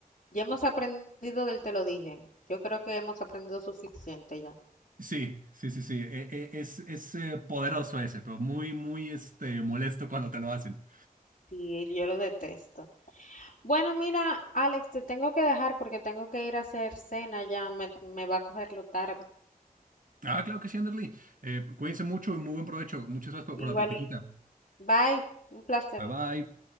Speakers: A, on the left (about 65°); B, on the right (about 65°).
A: Ya hemos aprendido del te lo dije. Yo creo que hemos aprendido suficiente ya.
B: Sí, sí, sí, sí. e- e- es es eh, poderoso ese, pero muy, muy este, molesto cuando te lo hacen.
A: Sí, yo lo detesto. Bueno, mira, Alex, te tengo que dejar porque tengo que ir a hacer cena ya. Me, me va a cogerlo tarde.
B: Ah, claro que sí, Anderly. Eh, cuídense mucho y muy buen provecho. Muchas gracias por, por
A: Igualito.
B: la platiquita.
A: Bye. Un placer.
B: Bye bye.